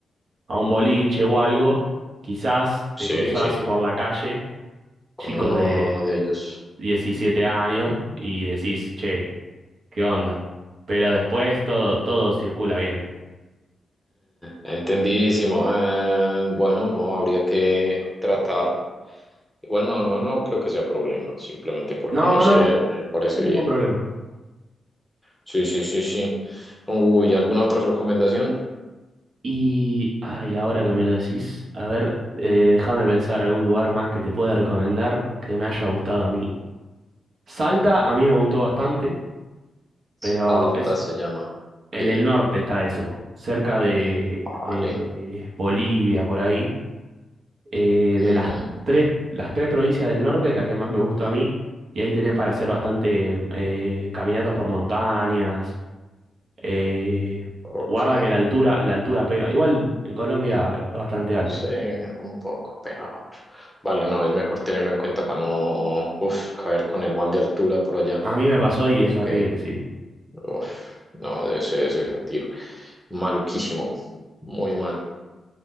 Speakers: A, on the right (about 60°); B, in the centre.
A: a un boliche o algo, quizás te
B: sí,
A: cruzás
B: sí,
A: por la calle,
B: con
A: chicos
B: uno
A: de
B: de ellos.
A: 17 años, y decís, che. ¿Qué onda? Pero después todo, todo circula bien.
B: Entendidísimo. Eh, bueno, no habría que tratar. Igual no, no, no creo que sea problema. Simplemente por
A: No,
B: conocer,
A: no, n-
B: me parece
A: no hay ningún
B: bien.
A: problema.
B: Sí, sí, sí, sí. Uy, ¿alguna otra recomendación?
A: Y, ay, ahora que me lo decís, a ver, eh, déjame pensar algún lugar más que te pueda recomendar que me haya gustado a mí. Salta a mí me gustó bastante, pero
B: Salta
A: es
B: se llama.
A: en
B: Ok.
A: el norte está eso, cerca de,
B: Vale.
A: de- de Bolivia, por ahí. Eh,
B: Ujú.
A: de las tres, las tres provincias del norte es la que más me gustó a mí. Y ahí tenés para hacer bastante eh, caminatas por montañas Eh,
B: Ok.
A: guarda que la altura, la altura pega. Igual en Colombia es bastante alto.
B: Sí, un poco, pero vale, no, es mejor tenerlo en cuenta para no, uf, caer con el mal de altura por allá.
A: A mí me pasó y
B: Ok.
A: es horrible, sí.
B: Uf, no, debe ser debe ser un tiro, maluquísimo, muy
A: Sí.
B: mal.